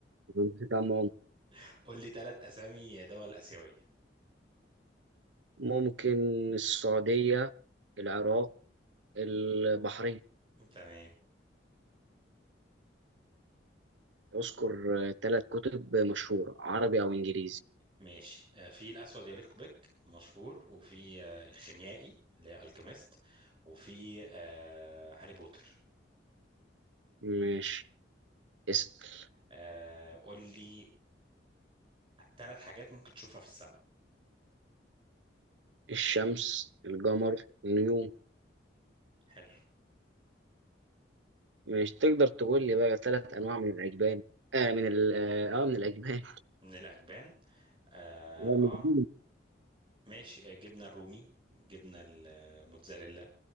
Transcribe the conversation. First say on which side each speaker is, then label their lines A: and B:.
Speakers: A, on the right; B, on the right.
A: نسيت عن ماما
B: <laughs> قول لي تلات اسامي دول اسيويه
A: ممكن السعودية العراق البحرين
B: تمام
A: اذكر ثلاث كتب مشهورة عربي أو إنجليزي
B: ماشي آه، في الاسود يليق بك مشهور وفي آه، الخيميائي اللي هي الكيميست وفي آه، هاري بوتر
A: مش اسأل
B: آه، قول لي ثلاث حاجات ممكن تشوفها في السماء
A: الشمس القمر النجوم
B: حلو
A: مش تقدر تقول لي بقى ثلاث أنواع من الأجبان آه من ال آه آه، من الأجبان <laughs>
B: من الأجبان آه,
A: آه، من
B: آه
A: الدين.
B: ماشي آه، جبنة الرومي جبنة الموتزاريلا